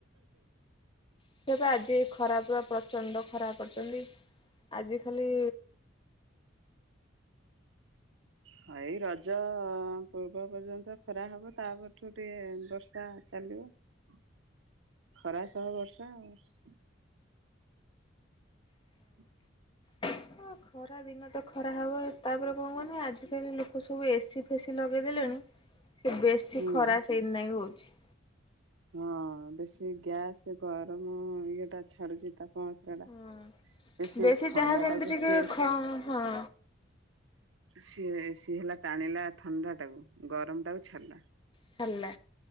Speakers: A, on the left (about 25°); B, on the right (about 75°).
A: ସେପ ଆଜି ଖରା ପୁରା ପ୍ରଚଣ୍ଡ ଖରା କରଛନ୍ତି ଆଜି ଖାଲି
B: ହଁ ଏଇ ରଜ ପୂର୍ବ ପର୍ଯ୍ୟନ୍ତ ଖରା ହବ ତାପଠୁ ଟିକେ ବର୍ଷା ଚାଲିବ ଖରା ସହବ ବର୍ଷା ଆଉ ହ୍
A: ହ ଖରା ଦିନ ତ ଖରା ହେବ ତାପରେ କଣ କନି ଆଜିିକାଲି ଲୋକ ସବୁ ଏସି ଫେସି ଲଗେଇଦେଲେଣି ସେ ବେଶୀ
B: ହୁଁ।
A: ଖରା ସେଇଦନାକ ହେଉଛି
B: ହଁ ବେଶୀ ଗ୍ୟାସ ଗରମ ଇଏଟା ଛାଡୁଛି ତାପମାତ୍ରା ଟା
A: ହଁ
B: ବ ସି
A: ବେଶୀ
B: ଥଣ୍ଡା
A: ଯାହା ଯେମିତି
B: ଟାକୁ
A: ଟିକେ
B: ସିଏ
A: ଖ ହଁ
B: ସିଏ ସିଏ ହେଲା ଟାଣିଲା ଥଣ୍ଡା ଟାକୁ ଗରମ ଟାକୁ ଛାଡ଼ିଲା
A: ହେଲଲେ